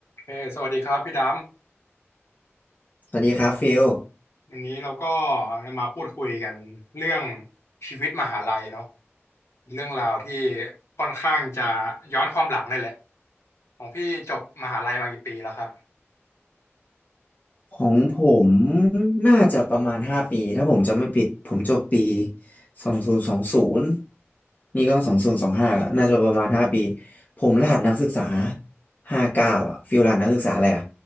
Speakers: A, on the left; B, on the left.
A: เออสวัสดีครับพี่ด
B: สวัสดีครับฟิล
A: ำวันนี้เราก็มาพูดคุยกันเรื่องชีวิตมหาลัยเนาะเรื่องราวที่ค่อนข้างจะย้อนความหลังเลยแหละของพี่จบมหาลัยมากี่ปีแล้วครับ
B: ของผมน่าจะประมาณห้าปีถ้าผมจำไม่ผิดผมจบปีสองศูนย์สองศูนย์นี่ก็สองศูนย์สองห้าแล้วน่าจะประมาณห้าปีผมรหัสนักศึกษาห้าเก้าอ่ะฟิลรหัสนักศึกษาอะไรอ่ะ